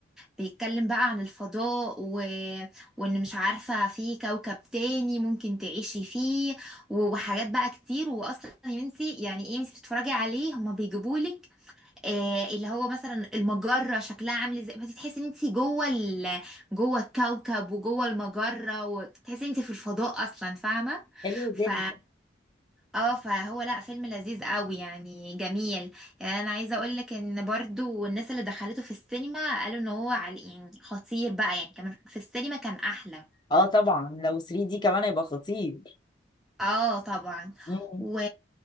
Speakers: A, in the centre; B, on the left.
A: بيتكلم بقى عن الفضاء و... وان مش عارفة في كوكب تاني ممكن تعيشي فيه و- وحاجات بقى كتير واصلا يا بنتي يعني ايه انتي بتتفرجي عليه هما بيجيبولك آه اللي هو مثلا المجرة شكلها عامل ازاي فتحسي تحسي ان انتي جوه ال... جوه الكوكب وجوه المجرة وتحسي ان انتي في الفضاء اصلا فاهمة
B: حلو
A: ف
B: جدا
A: اه فهو لا فيلم لذيذ قوي يعني جميل يعني انا عايزه اقول لك ان برضو الناس اللي دخلته في السينما قالوا ان هو على يعني خطير بقى يعني كمان في السينما كان احلى
B: اه طبعا لو 3 دي كمان هيبقى خطير
A: اه طبعا
B: مم.
A: و...